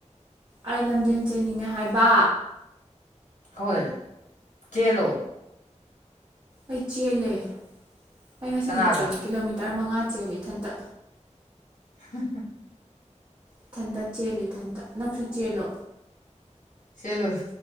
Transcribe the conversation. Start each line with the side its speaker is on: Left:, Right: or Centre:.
Right: ꯑꯩ ꯂꯝꯖꯦꯟ ꯆꯦꯟꯅꯤꯡꯉꯦ ꯍꯥꯏꯕ
Left: ꯍꯣꯏ ꯆꯦꯟꯂꯣ
Right: ꯑꯩ ꯆꯦꯜꯂꯦ ꯑꯩ ꯉꯁꯤꯁꯨ
Left: ꯀꯅꯥꯒ
Right: ꯆꯦꯜꯂꯤ ꯀꯤꯂꯣꯃꯤꯇꯔ ꯃꯉꯥ ꯆꯦꯜꯂꯦ ꯏꯊꯟꯇꯥ
Left: ꯎ <inaudible>
Right: ꯏꯊꯟꯇꯥ ꯆꯦꯜꯂꯤ ꯏꯊꯟꯇꯥ ꯅꯪꯁꯨ ꯆꯦꯜꯂꯣ
Left: ꯆꯦꯟꯂꯣꯏ